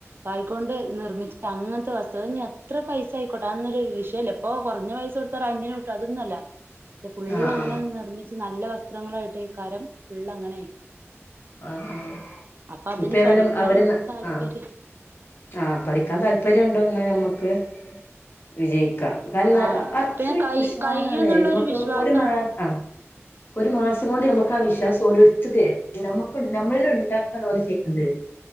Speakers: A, on the right; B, on the left.
A: കായിക്കൊണ്ട് നിർമിച്ച അങ്ങനത്തെ വസ്ത്രം അ അത്ര പൈസ ആയിക്കോട്ടെ അന്നൊരു വിഷയമല്ല ഇപ്പൊ കുറഞ്ഞ പൈസ കൊടുത്താൽ റെറ്റിന്ന് കിട്ടും അതൊന്നുമല്ല ഫുള്ള
B: ആഹ്
A: അങ്ങനെ നിർമ്മിച്ച നല്ല വസ്ത്രങ്ങളായിട്ട് ഏക്കാരം ഫുൾ അങ്ങനെ
B: ആ ആ
A: അപ്പൊ അതിന്
B: ഇപ്പോ ഏതാലും
A: പഠിക്കാനൊരു
B: അവര്
A: താല്പര്യം
B: ആ ആപഠിക്കാൻ താല്പര്യം ഉണ്ടോ എന്നാ നമ്മക്ക് ക്ക് വിജയിക്കാകാരണം
A: ആ
B: അത്രം
A: പിന്നെ കൈ
B: ഉഷാറാണ്
A: കയ്യുന്നുള്ളൊരു
B: നമുക്ക്
A: വിശ്വാസം
B: ഒരു മാ ആ ഒരു മാസം കൊണ്ട് നമ്മക്ക് വിശ്വാസം ഓരോ രത്തര് നമുക്ക് നമ്മളിൽ ഉണ്ടാക്കണഓല് ചെയ്യുന്നത്